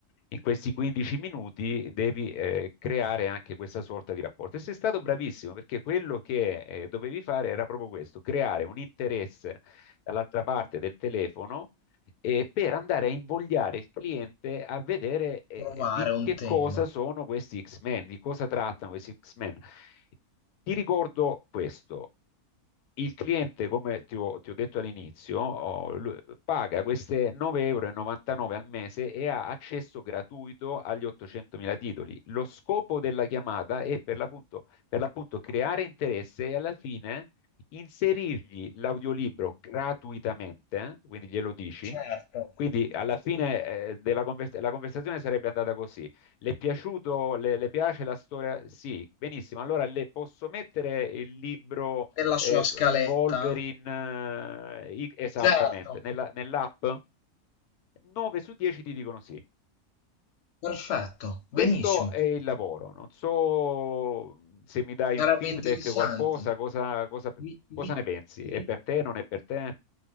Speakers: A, on the left; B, on the left.
A: In questi 15 minuti devi eh, creare anche questa sorta di rapporto. E sei stato bravissimo perché quello che eh, dovevi fare era proprio questo, creare un interesse dall'altra parte del telefono eh, per andare a invogliare il cliente a vedere eh,
B: provare
A: di
B: un
A: che
B: tema,
A: cosa sono questi X-Men, di cosa trattano questi X-Men. Ti ricordo questo. Il cliente, come ti ho, ti ho detto all'inizio, oh, lui paga queste 9,99 euro al mese e ha accesso gratuito agli 800.000 titoli. Lo scopo della chiamata è per l'appunto per l'appunto creare interesse e alla fine inserirgli l'audiolibro gratuitamente, quindi glielo dici.
B: certo,
A: Quindi alla fine eh, della convers- la conversazione sarebbe andata così. Le è piaciuto, le, le piace la storia? Sì, benissimo. Allora le posso mettere il libro
B: nella
A: eh,
B: sua scaletta,
A: Wolverine eh, i- esattamente
B: certo,
A: nella- nell'app? 9 su 10 ti dicono sì.
B: perfetto, benissimo,
A: Questo è il lavoro, non so se mi dai
B: sarebbe
A: un feedback,
B: interessante.
A: qualcosa, cosa, cosa-
B: Mi, mi,
A: cosa ne pensi?
B: mi...
A: È per te, non è per te?